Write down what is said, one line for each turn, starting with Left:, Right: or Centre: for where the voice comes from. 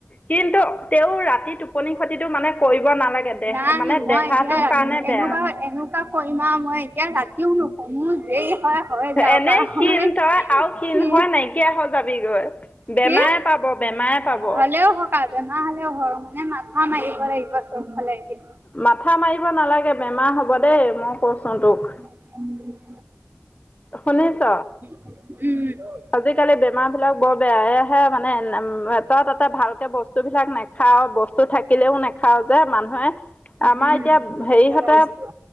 Left: কিন্তু তেওঁ ৰাতি টোপনি খতিটো মানে কৰিব নালাগে। দেহ
Right: নাই
Left: মানে
Right: মই
Left: দেহাটোৰ
Right: এতিয়া ৰাতি
Left: কাৰণে বেয়া
Right: এনেকুৱা এনো কৰিম আৰু মই এতিয়া ৰাতিও নুশুও, মোৰ দেৰি হয়। হৈ যাওক
Left: এনেই
Right: আৰু
Left: ক্ষীণ
Right: মানে
Left: তই আৰু ক্ষীণ
Right: কি
Left: হৈ নাইকিয়া হৈ যাবিগৈ। বেমাৰে
Right: কি
Left: পাব, বেমাৰে পাব।
Right: হ'লেও হওক বেমাৰ হ'লেও হয় মানে মাথা মাৰিব লাগিব চবফালে এতিয়া।
Left: মাথা মাৰিব নালাগে, বেমাৰ হ'ব দেই মই কৈছোঁ তোক।
Right: <unintelligible>
Left: শুনিছ?
Right: উম।
Left: আজিকালি বেমাৰ বিলাক বৰ বেয়া, এইয়াহে মানে তই তাতে ভালকে বস্তুবিলাক নাখাওঁ, বস্তু থাকিলেও নেখাও খাওঁ যে মানুহে আমাৰ
Right: উম'
Left: এতিয়া
Right: ভোজলে
Left: হেৰিহঁতে
Right: আহিছিলো।